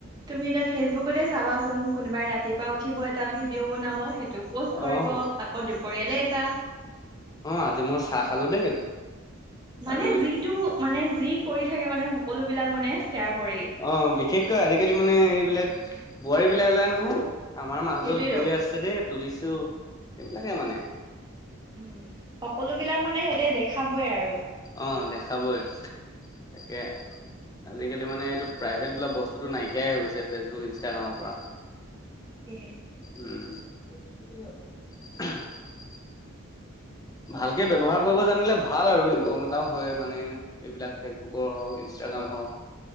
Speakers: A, on the right (about 20°); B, on the left (about 20°).
A: তুমি এতিয়া ফেচবুকতে চাবা চোন কোনোবাই ৰাতিপুৱা উঠিব এটা ভিডিঅ' বনাব সেইটোও পষ্ট কৰিব
B: অ',
A: আকৌ দিব পৰিয়ালে এটা।
B: অ আজি মই চাহ খালো দেই।
A: মানে
B: আৰু
A: যিটো মানে যি কৰি থাকে মানে সকলো বিলাক মানে শ্বেয়াৰ কৰি
B: অ বিশেষকৈ আজিকালি মানে এইবিলাক বোৱাৰী বিলাক ওলাই নহয়। আমাৰ মাজজন
A: সেইটোৱেতো
B: শু আছে দেই তুলিছো সেইবিলাকে মানে।
A: উম সকলো বিলাক মানে সিহঁতে দেখাবই আৰু
B: আহ দেখাবই তাকে। আজিকালি মানে এইটো প্ৰাইভেট বোলা বস্তুটো নাইকিয়াই হৈ গৈছে ফেচবুক ইনষ্টাগ্ৰামৰ পৰা।
A: তাকে।
B: উম। ভালকে ব্য্ৱহাৰ কৰিব জানিলে ভাল আৰু ইনকম এটাও হয় মানে এইবিলাক ফেচবুকৰ হওক ই ম হওক